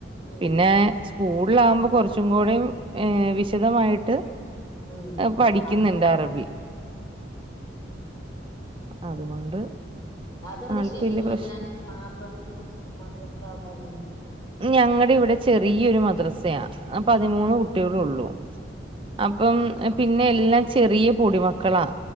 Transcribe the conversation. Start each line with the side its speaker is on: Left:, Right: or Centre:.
Left: ഉം
Right: പിന്നെ സ്കൂളില ആകുമ്പോ കുറച്ച് ചറ്റുംകോടെയും ഏ വിശദമായിട്ട്
Left: ഉം
Right: പഠിക്കുന്നുണ്ട്
Left: ആ,
Right: അറബി അതുകൊണ്ട്
Left: അതെന്താ
Right: ആൾക്ക്
Left: ശനിമ്മ
Right: വല്യ പ്രശ്നം
Left: ഞായറും മാത്രം മദ്രസ അവിടങ്ങനെ
Right: ഞങ്ങടെ ഇവിടെ ചെറിയൊരു മദ്രസയ പതിമൂന്ന് കുട്ടികള ഉള്ളൂ
Left: ഉം
Right: അപ്പം പിന്നെ എല്ലാം ചെറിയ പൊടിമക്കളാ